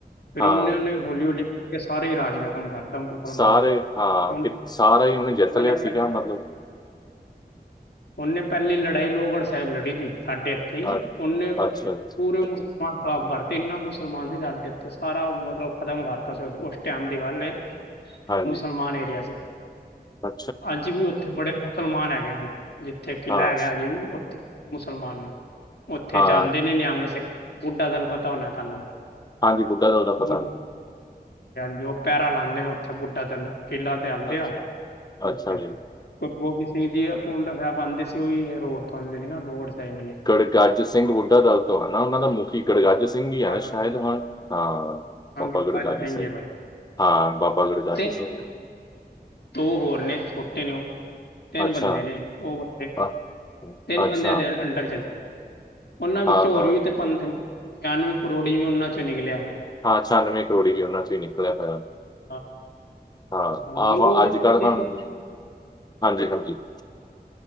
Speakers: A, on the left; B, on the left.
A: ਫੇਰ
B: ਹਾਂ
A: ਉਹਨੇ-ਉਹਨੇ ਹੋਲੀ-ਹੋਲੀ ਸਾਰੇ ਹੀ ਰਾਜ ਖ਼ਤਮ ਕਰਤਾ ਮੁਸਲਮਾਨਾਂ
B: ਸਾਰੇ
A: ਦਾ ਤੇ
B: ਹਾਂ ਕਿ ਸਾਰਾ ਹੀ ਉਹਨੇ ਜਿੱਤ ਲਿਆ
A: ਹੁਣੇ
B: ਸੀਗਾ ਮਤਲਬ
A: ਉਹਨੇ ਪਹਿਲੀ ਲੜਾਈ ਲੋਹਗੜ੍ਹ ਸਾਹਿਬ ਲੜੀ ਸੀ ਸਾਡੇ ਠੀਕ
B: ਅੱਛਾ
A: ਉਹਨੇ ਪੂਰੇ
B: ਅੱਛਾ
A: ਮੁਸਲਮਾਨ
B: ਜੀ,
A: ਸਾਫ਼ ਕਰ ਇੰਨਾ ਮੁਸਲਮਾਨ ਸੀ ਸਾਡੇ ਉੱਥੇ ਸਾਰਾ ਮਤਲਬ ਖ਼ਤਮ ਕਰਤਾ ਸੀ ਉਸ ਟਾਈਮ ਦੀ ਗੱਲ ਏ
B: ਹਾਂਜੀ,
A: ਮੁਸਲਮਾਨ ਏਰੀਆ ਸੀ।
B: <unintelligible>
A: ਅੱਜ ਵੀ ਉੱਥੇ ਬੜੇ ਮੁਸਲਮਾਨ ਹੈਗੇ ਨੇ। ਜਿੱਥੇ ਕਿਲਾ
B: ਹਾਂ।
A: ਹੈਗਾ ਅਜੇ ਵੀ ਉੱਥੇ ਮੁਸਲਮਾਨ ਨੇ ਉੱਥੇ
B: ਹਾਂ,
A: ਜਾਂਦੇ ਨੇ ਨਿਯੰਗ ਸਿੰਘ ਬੁੱਢਾ ਦਲ ਪਤਾ ਹੋਣਾ ਤੁਹਾਨੂੰ।
B: ਹਾਂਜੀ, ਬੁੱਢਾ ਦੱਬ
A: ਬੁੱਢਾ
B: ਤਾ
A: ਹਾਂਜੀ, ਉਹ ਪੈਰਾ ਲਾਉਂਦੇ ਨੇ ਉੱਥੇ ਬੁੱਢਾ ਦਲ ਕਿਲਾ ਤੇ ਆਦੇ
B: ਅੱਛਾ,
A: ਆ
B: ਅੱਛਾ
A: ਉੱਥੇ।
B: ਜੀ।
A: 'ਗੁਰ ਗੋਬਿੰਦ ਸਿੰਘ ਜੀ'ਪੁੰਡਾ ਸਾਹਿਬ ਆਉਂਦੇ ਸੀ ਉਹੀ ਰੋਡ ਤੋਂ ਆਂਦੇ ਸੀ ਨਾ ਰੋਡ ਸਾਈਡ ਵਾਲੇ
B: ਗੜਗੱਜ ਸਿੰਘ ਬੁੱਢਾ ਦਲ ਤੋਂ ਹੈ ਨਾ ਉਹਨਾਂ ਦਾ ਮੁਖੀ ਗੜਗੱਜ ਸਿੰਘ ਹੀ ਹੈ
A: ਹਾਂਜੀ
B: ਨਾ ਸ਼ਾਇਦ ਹੁਣ ਹਾਂ, ਬਾਬਾ
A: ਸੰਗਜ
B: ਗੜਗੱਜ ਸਿੰਘ
A: ਹੈ ਬਾਈ
B: ਹਾਂ ਬਾਬਾ ਗੜਗੱਜ
A: ਤਿੰਨ
B: ਸਿੰਘ।
A: ਨੇ ਭਾਈ, ਦੋ ਹੋਰ ਨੇ ਛੋਟੇ ਨੇ ਉਹ ਤਿੰਨ
B: ਅੱਛਾ
A: ਬੰਦੇ ਨੇ ਉਹ ਬੇ,
B: ਹਾਂ।
A: ਤਿੰਨ
B: ਅੱਛਾ
A: ਬੰਦਿਆਂ ਦੇ ਅੰਡਰ ਚੱਲ ਉਹਨਾਂ ਵਿੱਚੋਂ
B: ਹਾਂ
A: ਹੋਰ
B: ਹਾਂ
A: ਵੀ ਤੇ ਪੰਥ ਛਿਆਨਵੇ ਕਰੋੜੀ ਵੀ ਉਹਨਾਂ ਚੋਂ ਨਿਕਲਿਆ‌।
B: ਹਾਂ, ਛਿਆਾਨਵੇਂ ਕਰੋੜੀ ਵੀ ਉਨਾਂ ਚੋ ਹੀ ਨਿਕਲਿਆ ਹੋਇਆ।
A: ਹਾਂ
B: ਹਾਂ,
A: ਗੁਰੂ
B: ਆਹੋ
A: ਗੋਬਿੰਦ
B: ਅੱਜ
A: ਸਿੰਘ
B: ਕੱਲ
A: ਜੀ
B: ਹੁੰਨੂ ਹਾਂਜੀ, ਹਾਂਜੀ।